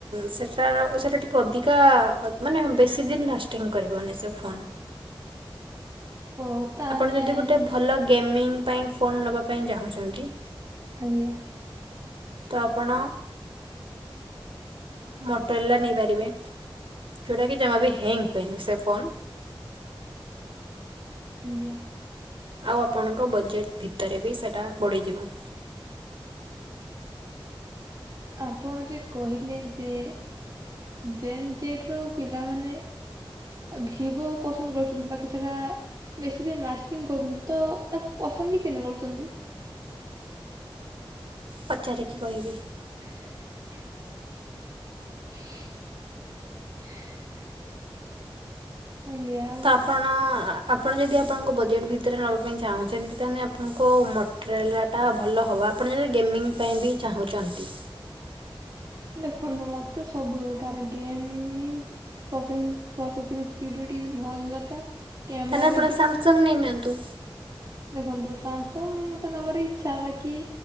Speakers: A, on the right; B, on the right.
A: ସେଟାର ସେଇଟା ଟିକେ, ଅଧିକା ମାନେ ବେଶୀ ଦିନ ଲାଷ୍ଟିଙ୍ଗ କରିବନି ସେ ଫୋନ୍।
B: ଓ ତାହାନେ
A: ଆପଣ ଯଦି
B: ଆଜ୍ଞା
A: ଗୋଟେ ଭଲ ଗେମିଂ ପାଇଁ ଫୋନ୍ ନେବା ପାଇଁ ଚାହୁଁଛନ୍ତି।
B: ଆଜ୍ଞା।
A: ତ ଆପଣ ମୋଟରୋଲା ନେଇପାରିବେ ଯେଉଁଟା କିି ଜମା ବି ହ୍ୟାଙ୍ଗ ହୁଏନି ସେ ଫୋନ୍।
B: ଆଜ୍ଞା।
A: ଆଉ ଆପଣଙ୍କ ବଜେଟ୍ ଭିତରେ ବି ସେଟା ପଡିଯିବ।
B: ଆପଣ ଯେ କହିଲେ ଯେ ଜେନ୍ ଜେଡ ରୁ ପିଲାମାନେ ଭିବୋ ପସନ୍ଦ କରୁଛନ୍ତି ବାକି ସେଟା ବେଶୀ ଦିନ ଲାଷ୍ଟିଂ କରୁନି ତ, ତାକୁ ପସନ୍ଦ କି କେନେ କରୁଛନ୍ତି।
A: ପଚାରି କିି କହିବି।
B: <unintelligible> <unintelligible> ୟାଁତ୍
A: ତ ଆପଣ ଆପଣ ଯଦି ଆପଣଙ୍କ ବଜେଟ୍ ଭିତରେ ନେବା ପାଇଁ ଚାହୁଁଛନ୍ତି, ତାହେଲେ ଆପଣଙ୍କ ମଟେରିଲ୍ ତା ଭଲ ହେବ, ଆପଣ ଯଦି ଗେମିଙ୍ଗ ପାଇଁ ବି ଚାହୁଁଛନ୍ତି।
B: ଦେଖନ୍ତୁ ମତେ ସବୁ ଦରକାର ଗେମମିଙ୍କ୍‌ ପ୍ରେସେନ ପ୍ରସେସିଂ ସ୍ପିଡ ବି ଟିକ ଭଲ ଦରକାର। କ୍ୟାମେରା
A: ତାହେଲେ ଆପଣ
B: ବି
A: ସାମସଙ୍ଗ୍ ନେଇ ନିଅନ୍ତୁ।
B: ଦେଖନ୍ତୁ ସାମସଙ୍ଗ ମତେ ନବାର ଇଛା, ବାକି